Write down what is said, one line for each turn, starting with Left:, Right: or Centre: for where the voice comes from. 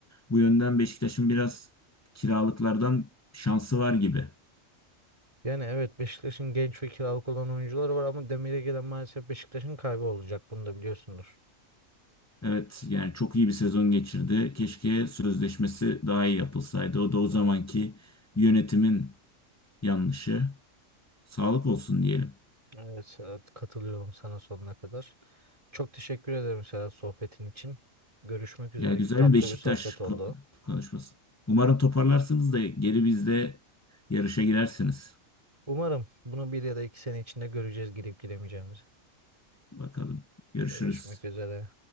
Left: Bu yönden Beşiktaş'ın biraz kiralıklardan şansı var gibi.
Right: Yani evet Beşiktaş'ın genç ve kiralık olan oyuncuları var ama demire gelen maalesef Beşiktaş'ın kaybı olacak. Bunu da biliyorsundur.
Left: Evet yani çok iyi bir sezon geçirdi. Keşke sözleşmesi daha iyi yapılsaydı. O da o zamanki
Right: Ee,
Left: yönetimin yanlışı. Sağlık olsun diyelim.
Right: Evet Serhat, katılıyorum sana sonuna kadar. Çok teşekkür ederim Serhat sohbetin için. Görüşmek üzere.
Left: Ya güzel
Right: Tatlı
Left: bir Beşiktaş
Right: bir sohbet oldu.
Left: ko- konuşması. Umarım toparlarsınız da geri bizde yarışa girersiniz.
Right: Umarım bunu bir ya da iki sene içinde göreceğiz girip giremeyeceğimizi.
Left: Bakalım. Görüşürüz.
Right: Görüşmek üzere.